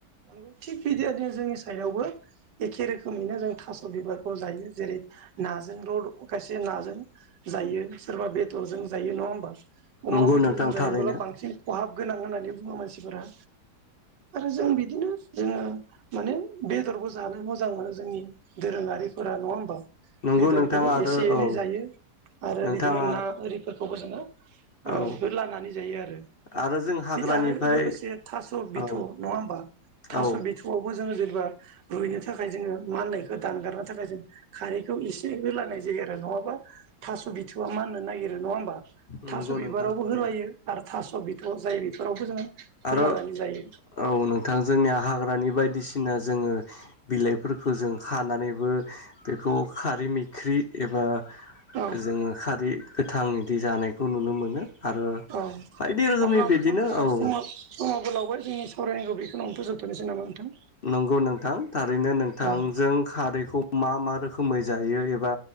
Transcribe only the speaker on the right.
नंगौ थिग बिदि बायदि जोंनि साइदावबो एखे रोखोमैनो जों थास' बिबारखौ जायो जेरै नाजों खायसे नाजों जायो सोरबा बेदरजों जायो नङा होमबा।
अमा
बेदरजों जायोबोला
बांसिन खहाब गोनां होननानै बुङो मानसिफोरा। आरो जों बिदिनो जोङो माने बेदरबो जानो मोजां मोनो जोंनि दोरोङारिफोरा नङा होमबा।
बेदरखौबो
एसे एनै
जायो आरो
बिदिनो ना आरिफोरखौबो जोङो ओ
होदलानानै जायो आरो
आरो लोगोसे था बिथ'
नङा होमबा थास'
बिथ'आवबो जोङो जेनेबा रुइनो थाखाय जों माननायखौ दानगारनो थाखाय जों खारैखौ एसे होलानाय जायो आरो नङाबा थास' बिथ'वा माननो नागिरो नङा होमबा
थास'
बिबारावबो
होलायो आरो थास' बिथ' जाय बेफोरावबो जोङो होलानानै
जायो
औ
औ
अब्ला नोंथां
जोंहा
समा समाबो लावबाय जोंनि सावरायनायखौ बेखिनियावनो फोजोबथ'नोसै नामा नोंथां।
औ